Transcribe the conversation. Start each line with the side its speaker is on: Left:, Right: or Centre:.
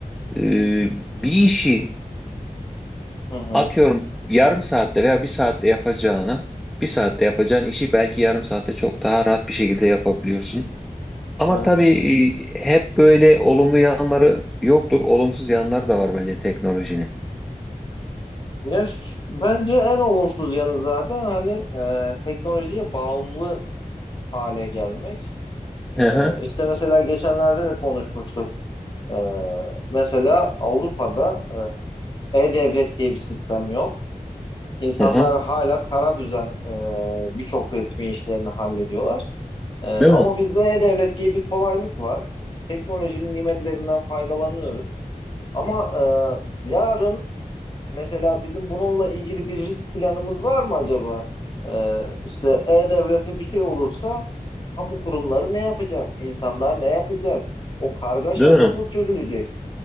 Centre: E, bir işi
Left: Hı hı.
Centre: Atıyorum yarım saatte veya bir saatte yapacağına bir saatte yapacağın işi belki yarım saatte çok daha rahat bir şekilde yapabiliyorsun. Ama
Left: Evet.
Centre: tabii e, hep böyle olumlu yanları yoktur. Olumsuz yanları da var bence teknolojinin.
Left: Ya ş- bence en olumsuz yanı zaten hani e, teknolojiye bağımlı hale gelmek. E,
Centre: Hı hı,
Left: işte mesela geçenlerde de konuşmuştuk. Ee, mesela Avrupa'da e, e-devlet diye bir sistem yok. İnsanlar
Centre: hı hı.
Left: hala kara düzen e, birçok resmi işlerini hallediyorlar. E, ama
Centre: Değil mi?
Left: bizde e-devlet diye bir kolaylık var. Teknolojinin nimetlerinden faydalanıyoruz. Ama e, yarın mesela bizim bununla ilgili bir risk planımız var mı acaba? E, işte e-devlete bir şey olursa kamu kurumları ne yapacak? İnsanlar ne yapacak? O kargaşa
Centre: Değil mi?
Left: nasıl çözülecek?